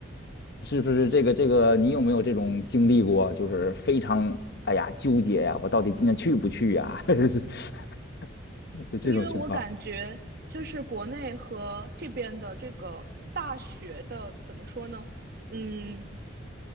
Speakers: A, on the left; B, on the right.
A: 是不是这个这个？你有没有这种经历过？就是非常哎呀纠结呀、我到底今天去不去呀、<laughs> 就这种情况。
B: 因为我感觉就是国内和这边的这个大学的怎么说呢？嗯，